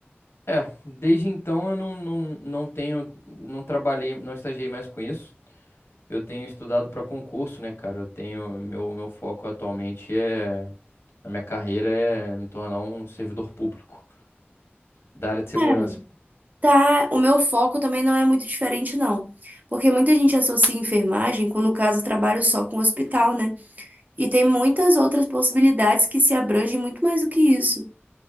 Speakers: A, on the left; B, on the right.
A: é, desde então eu não, não, não tenho, não trabalhei, não estagiei mais com isso. Eu tenho estudado para concurso, né, cara? Eu tenho meu meu foco atualmente é na minha carreira é me tornar um servidor público da área de segurança.
B: Cara, tá. O meu foco também não é muito diferente, não. Porque muita gente associa enfermagem, quando no caso eu trabalho só com hospital, né? E tem muitas outras possibilidades que se abrangem muito mais do que isso.